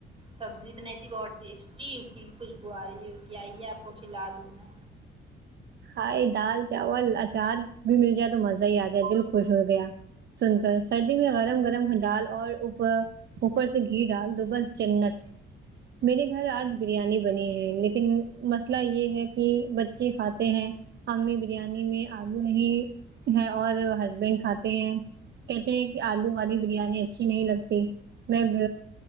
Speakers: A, on the right; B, on the right.
A: سبزی بنائی تھی بہت ٹیسٹی اسی کی خوشبو آرہی ہوگی آئیے آپ کو کھلا دوں میں
B: خالی دال چاول اچار بھی مل گاۓ تو مزہ ہی آ جائے دل خوش ہو گیا سن کر سردی میں گرم گرم دال اور اوپر اوپر سے گھی ڈال دو بس جنت میرے گھر آج بریانی بنی ہے لیکن مسئلہ یہ ہے کہ بچے کھا تے ہیں امی بریانی میں آلو نہیں ہے اور ہسبینڈ کھاتے ہیں کہتے ہیں کہ آلو والی بریانی اچھی نہیں لگتی بٹ